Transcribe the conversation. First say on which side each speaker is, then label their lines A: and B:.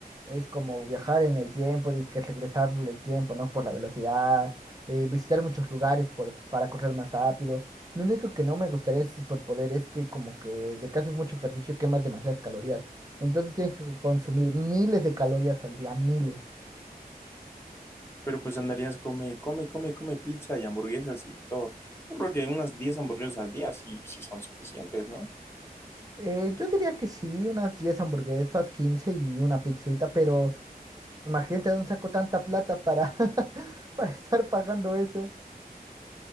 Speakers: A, on the right (about 20°); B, on the left (about 15°).
A: es como viajar en el tiempo, dice que regresar el tiempo, ¿no? Por la velocidad, eh, visitar muchos lugares por, para correr más rápido. Lo único que no me gustaría de su superpoder es que como que de que haces mucho ejercicio quemas demasiadas calorías. Entonces tienes que consumir miles de calorías al día, miles.
B: Pero pues andarías come, come, come, come pizza y hamburguesas y todo. Yo creo que unas 10 hamburguesas al día sí, sí son suficientes, ¿no?
A: Eh, yo diría que sí, unas 10 hamburguesas, 15 y una pizzita, pero Imagínate de dónde saco tanta plata para, <laughs> para estar pagando eso.